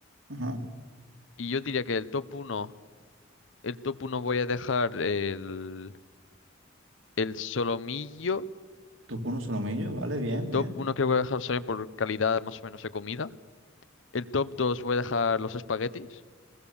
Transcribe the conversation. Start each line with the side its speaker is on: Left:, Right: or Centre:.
Right: Ajá.
Left: Y yo diría que el top uno el top uno voy a dejar el, el solomillo.
Right: Tú con un solomillo, vale, bien, bien.
Left: Top uno creo que voy a dejar solomillo por calidad más o menos de comida. El top 2 voy a dejar los espaguetis.